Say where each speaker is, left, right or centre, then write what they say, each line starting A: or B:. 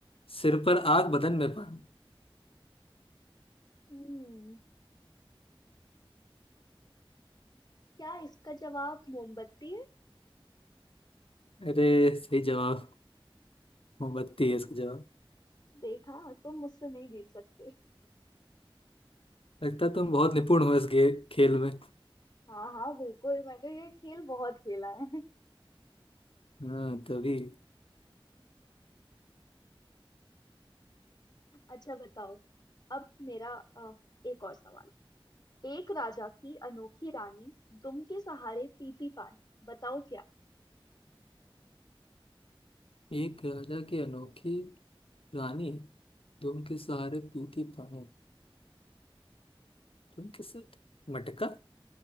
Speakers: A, on the left; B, on the left.
A: सिर पर
B: हम्म
A: आग बदन में पानी
B: हम्म, क्या इसका जवाब मोमबत्ती है
A: अरे सही जवाब मोमबत्ती है इसका
B: देखा तुम मुझसे नहीं जीत सकते
A: लगता है तुम बहुत निपुण हो इस गे, खेल में
B: हाँ हाँ बिल्कुल मैंने ये खेल बहुत खेला है
A: हाँ तभी
B: अच्छा बताओ अब मेरा अ, एक और सवाल एक राजा की अनोखी रानी दुम के सहारे पीती पानी बताओ क्या
A: एक राजा की अनोखी रानी दुम के सहारे पीती पानी तुम के साथ मटका